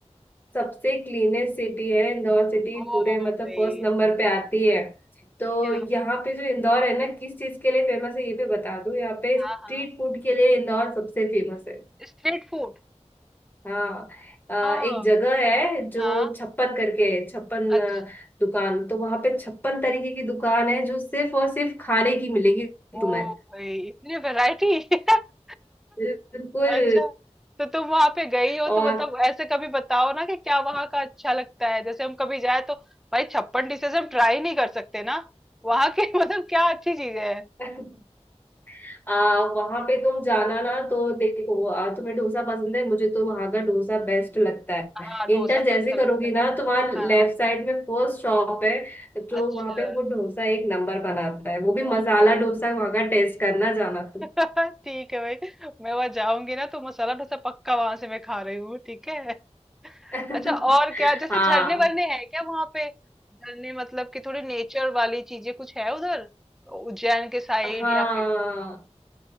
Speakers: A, on the left (about 15°); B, in the centre.
A: सबसे क्लीनेस्ट सिटी है इंदौर सिटी
B: ओ
A: पूरे मतलब
B: भाई
A: फर्स्ट नंबर पे आती है तो
B: क्या
A: यहाँ पे जो इंदौर है ना किस चीज के लिए फेमस है ये भी बता दूं यहाँ पे
B: हाँ
A: स्ट्रीट
B: हाँ
A: फूड के लिए इंदौर सबसे फेमस है
B: स्ट्रीट फूड
A: हाँ अ,
B: हाँ
A: एक जगह है जो
B: हाँ
A: छप्पन करके है छप्पन
B: अच्छा
A: अ, दुकान तो वहां पे छप्पन तरीके की दुकान है जो सिर्फ और सिर्फ खाने की मिलेगी तुम्हें
B: ओ भाई इतनी वैरायटी <laughs>
A: बिल्कुल
B: अच्छा तो तुम वहां पे गई हो
A: और
B: तो मतलब ऐसे कभी बताओ ना कि क्या वहां का अच्छा लगता है जैसे हम कभी जाए तो भाई छप्पन डिशेज हम ट्राई नहीं कर सकते ना वहां के <laughs> मतलब क्या अच्छी चीजें हैं
A: <laughs> आ, वहां पे तुम जाना ना तो देखो आ, तुम्हें डोसा पसंद है मुझे तो वहां का डोसा बेस्ट लगता है
B: हाँ डोसा
A: इंटर
B: तो
A: जैसे
B: अच्छा लगता
A: करोगी
B: है
A: ना तो वहाँ लेफ्ट
B: हाँ
A: साइड में फर्स्ट शॉप है जो
B: अच्छा
A: वहां पे वो डोसा एक नंबर बनाता है वो भी
B: ओ
A: मसाला
B: भाई
A: डोसा है वहां का टेस्ट करना जाना तुम
B: <laughs> ठीक है भाई मैं वहां जाऊंगी ना तो मसाला डोसा पक्का वहां से मैं खा रही हूँ ठीक है
A: <laughs>
B: अच्छा और क्या जैसे
A: हाँ
B: झरने वरने हैं क्या वहां पे झरने मतलब कि थोड़ी नेचर वाली चीजें कुछ है उधर उज्जैन के साइड
A: हाँ
B: या फिर वहां